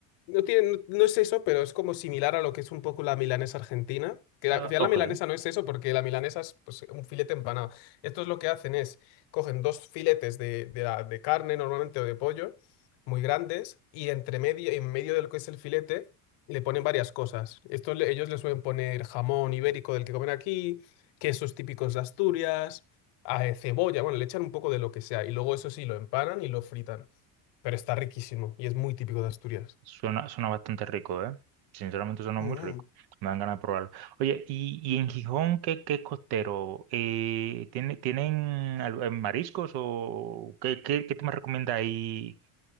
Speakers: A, on the left; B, on the right.
A: No tiene, no, no es eso, pero es como similar a lo que es un poco la milanesa argentina. Que
B: Ah,
A: la, al final
B: ok,
A: la milanesa no es eso, porque la milanesa es pues, un filete empanado. Estos lo que hacen es, cogen dos filetes de, de, la- de carne normalmente o de pollo, muy grandes, y entre medio, en medio de lo que es el filete le ponen varias cosas. Esto le- ellos le suelen poner jamón ibérico del que comen aquí, quesos típicos de Asturias, ah, eh, cebolla, bueno, le echan un poco de lo que sea, y luego eso sí, lo empanan y lo fritan pero está riquísimo y es muy típico de Asturias.
B: Suena, suena bastante rico, ¿eh? Sinceramente suena
A: Mm.
B: muy rico. Me dan ganas de probarlo. Oye, ¿y, y en Gijón qué, qué es costero? Eh, ¿tiene- ¿tienen al- eh, mariscos o qué, qué, qué tú me recomiendas ahí